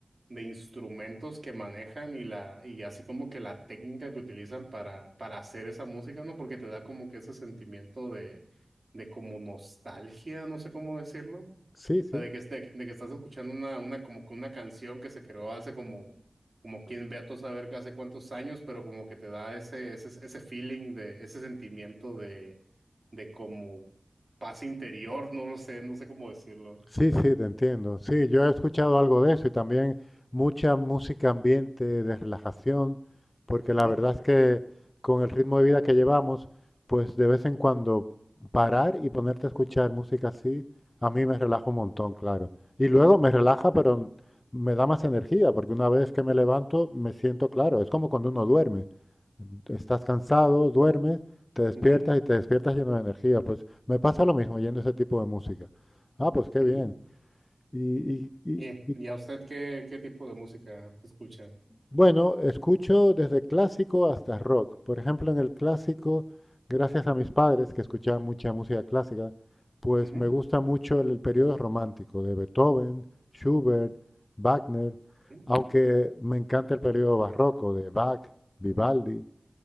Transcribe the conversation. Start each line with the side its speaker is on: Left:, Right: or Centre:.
Right: de instrumentos que manejan y la, y así como que la técnica que utilizan para, para hacer esa música, ¿no? Porque te da como que ese sentimiento de, de como nostalgia, no sé cómo decirlo
Left: Sí, sí.
Right: sea, de que, este, de que estás escuchando una, una, como que una canción que se creó hace como, como quien ve a todo saber que hace cuántos años, pero como que te da ese, ese, ese feeling de, ese sentimiento de, de como paz interior, no lo sé, no sé cómo decirlo.
Left: Sí, sí, te entiendo. Sí, yo he escuchado algo de eso y también mucha música ambiente de relajación, porque
Right: Ujú,
Left: la verdad es que con el ritmo de vida que llevamos, pues de vez en cuando parar y ponerte a escuchar música así, a mí me relaja un montón, claro. Y luego me relaja, pero me da más energía, porque una vez que me levanto me siento claro. Es como cuando uno duerme. Estás cansado, duermes, te despiertas
Right: ujú,
Left: y te despiertas lleno de energía. Pues me pasa lo mismo oyendo ese tipo de música. Ah, pues qué
Right: ujú.
Left: bien. Y, y- y-
Right: Y,
Left: y,
Right: y a usted qué, qué tipo de música escucha?
Left: bueno, escucho desde clásico hasta rock. Por ejemplo, en el clásico, gracias a mis padres que escuchaban mucha música clásica, pues
Right: Ujú,
Left: me gusta mucho el, el periodo romántico de Beethoven, Schubert, Wagner,
Right: ujú,
Left: aunque me encanta el periodo barroco de Bach, Vivaldi